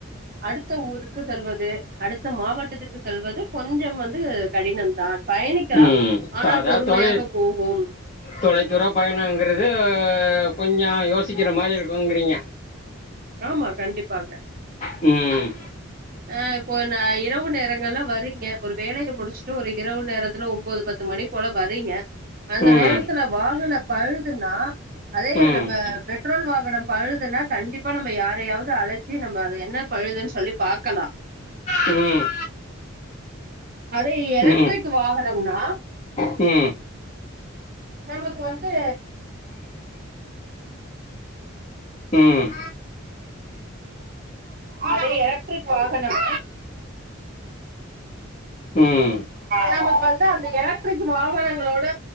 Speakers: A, on the right; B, on the left.
A: அடுத்த ஊருக்கு செல்வது அடுத்த மாவட்டத்திற்கு செல்வது கொஞ்சம் வந்து கடினம் தான் பயணிக்கலாம்
B: ம்
A: ஆனால்
B: அதா
A: பொறுமையாக
B: தொலை
A: போகும்
B: தொலைத்தூர பயணங்கிறது கொஞ்சம் யோசிக்கிற மாதிரி இருக்குங்கிறீங்க
A: ஆமா கண்டிப்பாக
B: ம்
A: ஆ இப்போ இரவு நேரங்கள்ல வரீங்க ஒரு வேலையை முடிச்சுட்டு ஒரு இரவு நேரத்துல ஒன்போது பத்து பத்து மணி போல வரீங்க அந்த
B: ம்
A: நேரத்துல வாகன பழுதுன்னா அதே
B: ம்
A: நம்ம பெட்ரோல் வாகனம் பழுதுன்னா கண்டிப்பா நம்ம யாரையாவது அழச்சி நம்ம அத என்ன பழுதுன்னு சொல்லி பாக்கலா
B: ம்
A: அதே எலக்ட்ரிக்
B: ம்
A: வாகனம்னா
B: ம்
A: நமக்கு வந்து
B: ம்
A: அது எலக்ட்ரிக் வாகனம்
B: ம்
A: நமக்கு வந்து அந்த எலக்ட்ரிக் வாகனங்களோட